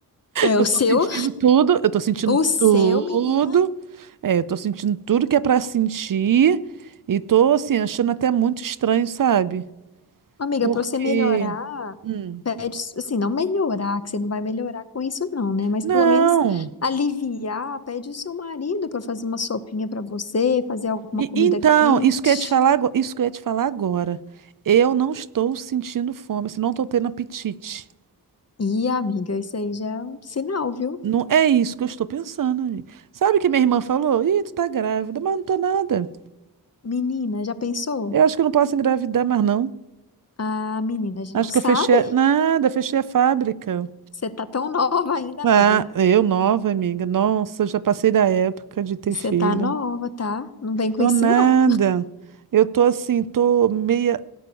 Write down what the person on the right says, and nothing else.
Eu
tô
sentindo tudo, eu tô sentindo
tudo.
É, eu tô sentindo tudo que é pra sentir. E tô, assim, achando até muito estranho, sabe?
Porque.
hum,
não!
E-
então,
isso que eu ia te falar, ago- isso que eu ia te falar agora. Eu não estou sentindo fome, assim, não estou tendo apetite.
Não é isso que eu estou pensando, amiga. Sabe o que minha irmã falou? Ih, tu tá grávida, mas não tô nada.
Eu acho que eu não posso engravidar mais, não.
Acho
que eu fechei. a- Nada, fechei a fábrica.
Ah, eu nova, amiga. Nossa, já passei da época de ter
filho.
Tô
nada.
Eu tô assim, tô meia.